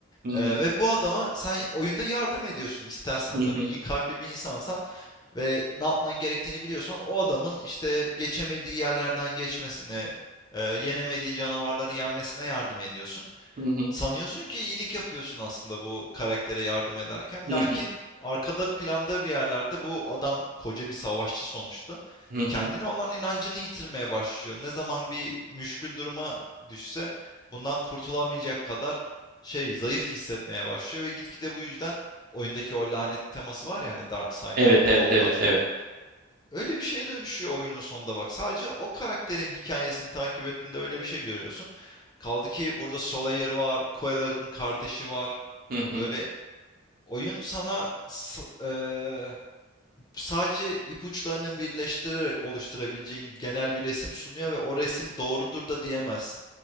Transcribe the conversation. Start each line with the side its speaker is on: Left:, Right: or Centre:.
Right: Hı
Left: Eee,
Right: hı.
Left: ve bu adama sen oyunda yardım ediyorsun istersen
Right: Hı hı.
Left: tabii. İyi kalpli bir insansan ve ne yapman gerektiğini biliyorsan o adamın işte geçemediği yerlerden geçmesine, e, yenemediği canavarları yenmesine yardım ediyorsun.
Right: Hı hı.
Left: Sanıyorsun ki iyilik yapıyorsun aslında bu karaktere yardım ederken.
Right: Hı
Left: Lakin
Right: hı.
Left: arkada planda bir yerlerde bu adam koca bir savaşçı sonuçta.
Right: Hı hı.
Left: Kendine olan inancını yitirmeye başlıyor. Ne zaman bir müşkül duruma düşse bundan kurtulamayacak kadar şey zayıf hissetmeye başlıyor ve gitgide bu yüzden oyundaki o lanet teması var ya hani Darkseid
Right: Evet,
Left: ve Hollow'laşmak.
Right: evet, evet, evet.
Left: Öyle bir şeye dönüşüyor oyunun sonunda bak. Sadece o karakterin hikayesini takip ettiğinde öyle bir şey görüyorsun. Kaldı ki burada Solaire var, Koelag'ın kardeşi var.
Right: Hı hı.
Left: Böyle oyun sana s- eee, sadece ipuçlarını birleştirerek oluşturabileceğin genel bir resim sunuyor ve o resim doğrudur da diyemezsin.